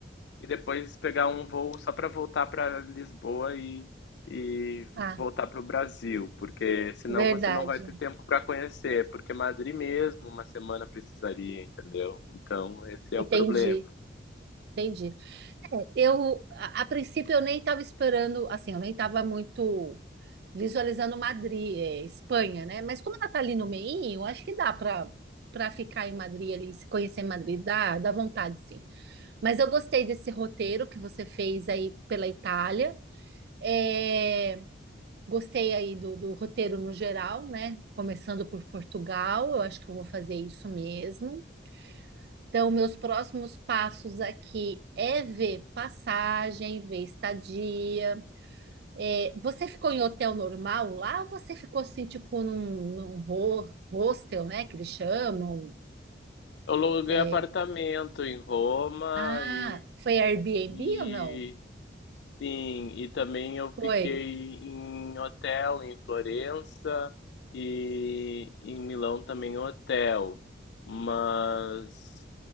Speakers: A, on the left (about 65°); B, on the right (about 60°).
A: e depois pegar um voo só para voltar para Lisboa e, e
B: Ah,
A: voltar para o Brasil, porque senão
B: verdade.
A: você não vai ter tempo para conhecer, porque Madrid mesmo uma semana precisaria, entendeu? Então esse
B: Entendi.
A: é o problema.
B: Entendi. É, eu, a, a princípio, eu nem estava esperando, assim, eu nem estava muito visualizando Madrid, é, Espanha, né? Mas como ela tá ali no meio, acho que dá para para ficar em Madrid ali, se conhecer Madrid, dá, dá vontade, sim. Mas eu gostei desse roteiro que você fez aí pela Itália. É, gostei aí do, do roteiro no geral, né? Começando por Portugal, eu acho que eu vou fazer isso mesmo. Então, meus próximos passos aqui é ver passagem, ver estadia. É, você ficou em hotel normal lá ou você ficou assim, tipo, num, num ho- hostel, né? Que eles chamam.
A: Eu aluguei
B: É,
A: apartamento em Roma
B: ah,
A: e,
B: foi Airbnb
A: e
B: ou não?
A: sim, e também eu
B: Foi.
A: fiquei em hotel em Florença e em Milão também hotel, mas